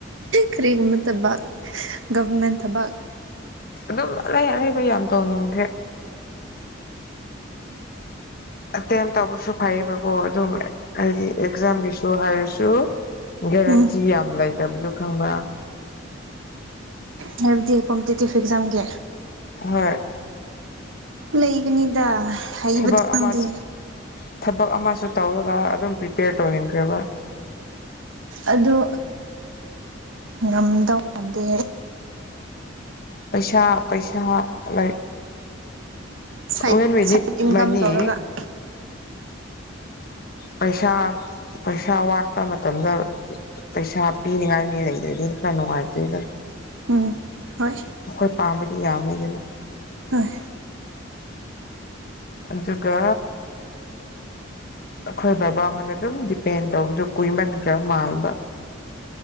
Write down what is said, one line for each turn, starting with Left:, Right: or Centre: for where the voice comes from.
Right: ꯀ꯭ꯔꯤꯒꯨꯝꯃꯠꯇꯕ ꯒꯕꯔꯃꯦꯟ ꯊꯕ
Left: ꯑꯗꯨꯝ ꯑꯩ ꯑꯔꯩꯕ ꯌꯥꯝ ꯇꯧꯅꯤꯡꯗ꯭ꯔꯦ ꯑꯦꯇꯦꯝ ꯇꯧꯕꯁꯨ ꯐꯩꯌꯦꯕꯀꯣ ꯑꯗꯨꯝ ꯑꯩꯗꯤ ꯑꯦꯛꯖꯥꯝꯒꯤꯁꯨ ꯍꯥꯏꯔꯁꯨ ꯒꯦꯔꯦꯟꯇꯤ
Right: ꯎꯝ
Left: ꯌꯥꯝ ꯂꯩꯇꯕꯗꯣ ꯈꯪꯕ꯭ꯔ
Right: ꯍꯥꯏꯕꯗꯤ ꯀꯣꯝꯄꯤꯇꯤꯇꯤꯞ ꯑꯦꯛꯖꯥꯝꯒꯤ
Left: ꯍꯣꯏ
Right: ꯂꯩꯒꯅꯤꯗ ꯍꯩꯕꯗꯨ
Left: ꯊꯕꯛ
Right: ꯅꯪꯗꯦ
Left: ꯑꯃꯁꯨ ꯊꯕꯛ ꯑꯃꯁꯨ ꯇꯧꯔꯒ ꯑꯗꯨꯝ ꯄ꯭ꯔꯤꯄꯦꯌꯔ ꯇꯧꯅꯤꯡꯈ꯭ꯔꯦꯕ
Right: ꯑꯗꯨ ꯉꯝꯗꯧ ꯃꯥꯟꯗꯦ
Left: ꯄꯩꯁꯥ ꯄꯩꯁꯥ ꯂꯥꯏ
Right: ꯁꯥꯏꯠ
Left: ꯋꯦꯟ
Right: ꯁꯥꯏꯠ
Left: ꯠ
Right: ꯏꯟꯀꯝ
Left: ꯃꯅꯤ
Right: ꯇꯧꯔꯒ
Left: ꯄꯩꯁꯥ ꯄꯩꯁꯥ ꯋꯥꯠꯄ ꯃꯇꯝꯗ ꯄꯩꯁꯥ ꯄꯤꯅꯤꯉꯥꯏ ꯃꯤ ꯂꯩꯗ꯭ꯔꯗꯤꯗꯤ ꯈꯔ ꯅꯨꯡꯉꯥꯏꯇꯦꯗ
Right: ꯎꯝ ꯍꯣꯏ
Left: ꯑꯩꯈꯣꯏ ꯄꯥꯝꯕꯗꯤ ꯌꯥꯝꯅꯤꯗꯅ
Right: ꯍꯣꯏ
Left: ꯑꯗꯨꯒ ꯑꯩꯈꯣꯏ ꯕꯕꯥ ꯍꯣꯟꯅ ꯑꯗꯨꯝ ꯗꯤꯄꯦꯟ ꯇꯧꯕꯗ ꯀꯨꯏꯃꯟꯈ꯭ꯔ ꯃꯥꯟꯕ